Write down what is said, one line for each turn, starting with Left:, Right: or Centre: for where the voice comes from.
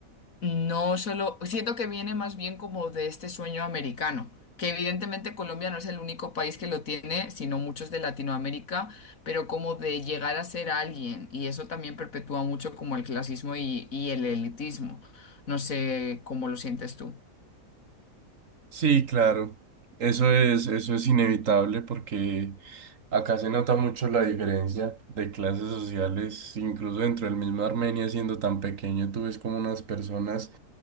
Left: no solo, siento que viene más bien como de este sueño americano, que evidentemente Colombia no es el único país que lo tiene, sino muchos de Latinoamérica, pero como de llegar a ser alguien, y eso también perpetúa mucho como el clasismo y, y el elitismo. No sé cómo lo sientes tú.
Right: Sí, claro. Eso es, eso es inevitable porque acá se nota mucho la diferencia de clases sociales, incluso dentro del mismo Armenia, siendo tan pequeño, tú ves como unas personas